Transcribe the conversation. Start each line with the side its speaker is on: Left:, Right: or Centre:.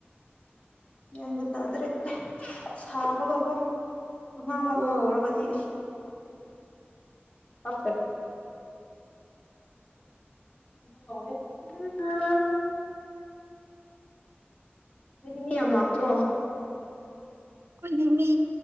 Left: ꯌꯦ ꯇ ꯑꯗꯨ꯭ꯔꯦ ꯁꯥꯥꯕꯒꯄꯝ ꯑꯉꯥꯡ ꯀꯥꯞꯄ
Right: ꯎꯝ
Left: ꯍꯧꯔꯒꯗꯤ ꯑꯁ ꯄ <inaudible> ꯃꯤ ꯌꯥꯝ ꯂꯥꯛꯇ꯭ꯔꯣ
Right: ꯑꯩꯈꯣꯏꯗꯤ ꯃꯤ